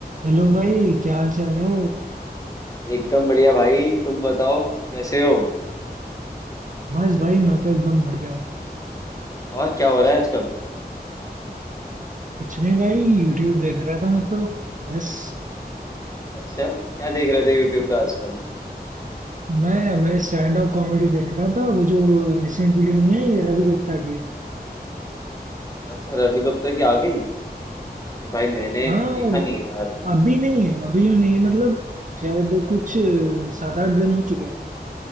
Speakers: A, on the right (about 50°); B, on the left (about 20°).
A: हेलो भाई क्या हाल चाल है
B: एकदम बढ़िया भाई तुम बताओ कैसे हो
A: बस भाई मैं तो एकदम बढ़िया हूँ
B: और क्या हो रहा है आजकल
A: कुछ नहीं भाई यूट्यूब देख रहा था मैं तो बस
B: अच्छा क्या देख रहे थे यूट्यूब पे आजकल
A: मैं मैं स्टैंड अप कॉमेडी देख रहा था वो जो रिसेंट वीडियो नहीं आई है रवि गुप्ता की
B: अच्छा रवि गुप्ता की आ गई नहीं भाई मैंने
A: हाँ वो-
B: देखा नहीं है यार
A: अभी नहीं है अभी नहीं मतलब शायद कुछ अ, सात आठ दिन हो चुके हैं